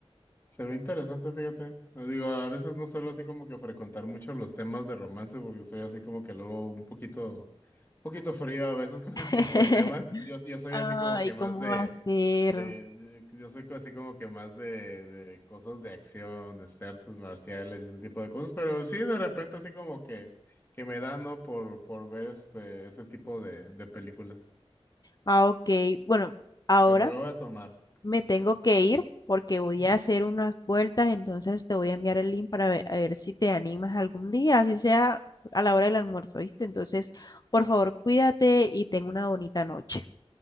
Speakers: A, on the left (about 20°); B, on the left (about 40°).
A: se ve interesante, fíjate. Eh, Digo, a veces no suelo así como que frecuentar mucho los temas de romance porque soy así como que luego un poquito, un poquito frío a veces <laughs> con
B: <laughs>
A: ese tipo de temas. Yo, yo soy
B: Ay,
A: así como que
B: ¿cómo
A: más de,
B: va a ser?
A: de, de- yo soy así como que más de, de cosas de acción, de artes marciales, ese tipo de cosas. Pero sí, de repente así como que, que me da, ¿no? Por, por ver este, ese tipo de, de películas.
B: Ah, ok. Bueno, ahora
A: Pero lo voy a tomar.
B: me tengo que ir porque voy a hacer unas vueltas, entonces te voy a enviar el link para ver, a ver si te animas algún día, así sea a la hora del almuerzo, ¿viste? Entonces, por favor, cuídate y ten una bonita noche.